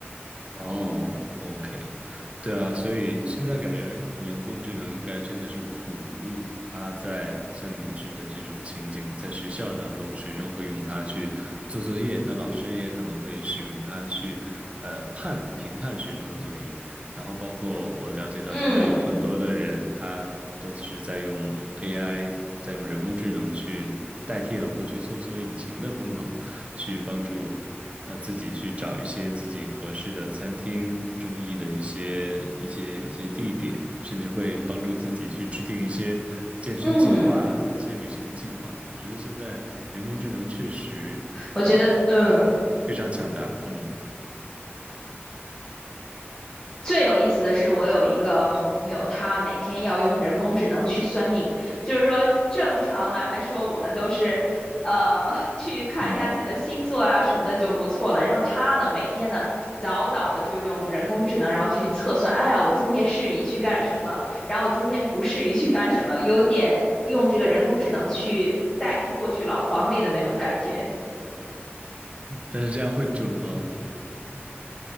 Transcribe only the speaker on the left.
嗯
嗯，
我觉得嗯。
最有意思的是，我有一个朋友，他每天要用人工智能去算命。就是说，正常来说，我们都是，呃，<laughs> 去看一下自己的星座啊什么的就不错了。
然后他呢，每天呢，早早的就用人工智能，然后去测算，哎呀，我今天适宜去干什么，然后我今天不适宜去干什么，有点用这个人工智能去代替过去老黄历的那种感觉。